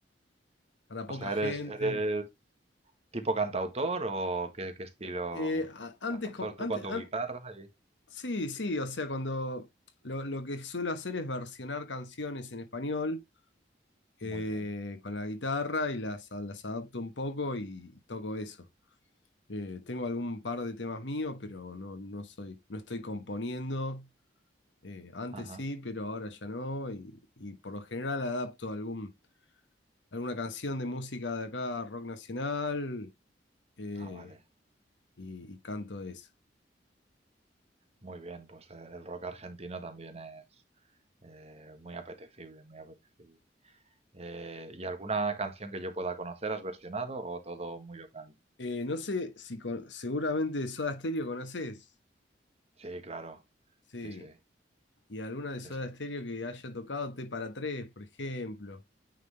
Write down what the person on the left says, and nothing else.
para poca
gente.
Eh, a- antes,
co-
antes,
an-
sí, sí, o sea, cuando lo, lo que suelo hacer es versionar canciones en español eh,
con la guitarra y las, las adapto un poco y toco eso. Eh, tengo algún par de temas míos, pero no, no soy, no estoy componiendo. Eh, antes
sí, pero ahora ya no. Y, y por lo general adapto algún, alguna canción de música de acá, rock nacional, eh,
y, y canto eso.
Eh, no sé si con- seguramente Soda Stereo conoces.
Sí.
Y alguna de Soda
Stereo que haya tocado T para tres, por ejemplo.